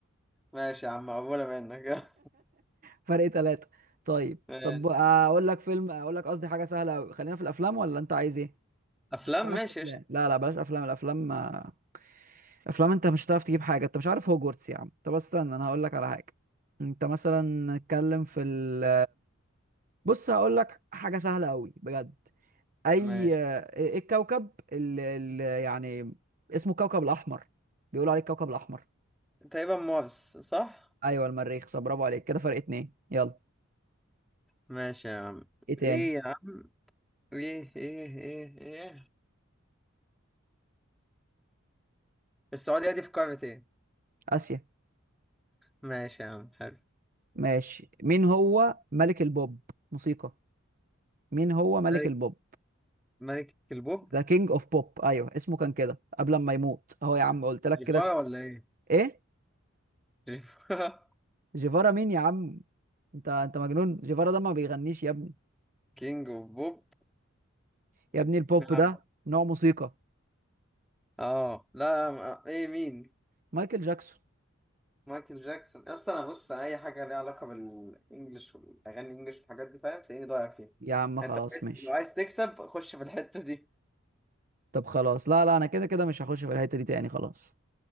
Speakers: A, in the centre; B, on the right.
A: ماشي يا عم مقبولة منك <laughs>
B: فرق ثلاثة طيب
A: ماشي
B: طب اقول لك فيلم اقول لك قصدي حاجه سهله أوي. خلينا في الافلام ولا انت عايز ايه
A: افلام
B: بلاش
A: ماشي
B: افلام
A: قشطة.
B: لا لا بلاش افلام الافلام آه، افلام انت مش هتعرف تجيب حاجه انت مش عارف هوجورتس يا عم طب استنى انا هقول لك على حاجه انت مثلا اتكلم في ال... بص هقول لك حاجه سهله قوي بجد اي
A: ماشي
B: آه، ايه الكوكب اللي يعني اسمه الكوكب الاحمر بيقولوا عليه الكوكب الاحمر
A: تقريبا مارس صح
B: ايوه المريخ صح برافو عليك كده فرق اتنين يلا
A: ماشي يا عم
B: ايه تاني
A: ايه يا عم ايه ايه ايه ايه السعودية دي في قارة ايه
B: اسيا
A: ماشي يا عم حلو
B: ماشي مين هو ملك البوب موسيقى مين هو ملك
A: ملك
B: البوب
A: ملك البوب
B: ذا كينج اوف بوب ايوه اسمه كان كده قبل ما يموت اهو يا عم قلت لك
A: جيفارا
B: كده
A: ولا ايه
B: ايه
A: <laughs>
B: جيفارا مين يا عم انت انت مجنون جيفارا ده ما بيغنيش يا ابني
A: كينج اوف بوب
B: يا ابني البوب
A: نعم
B: ده نوع موسيقى
A: اه لا ما- ايه مين
B: مايكل جاكسون
A: مايكل جاكسون اصلا انا بص اي حاجه ليها علاقه بالانجلش والاغاني الانجلش والحاجات دي فاهم تلاقيني ضايع فيها
B: يا عم خلاص
A: انت عايز
B: ماشي
A: لو عايز تكسب خش في الحته دي
B: طب خلاص لا لا انا كده كده مش هخش في الحته دي تاني خلاص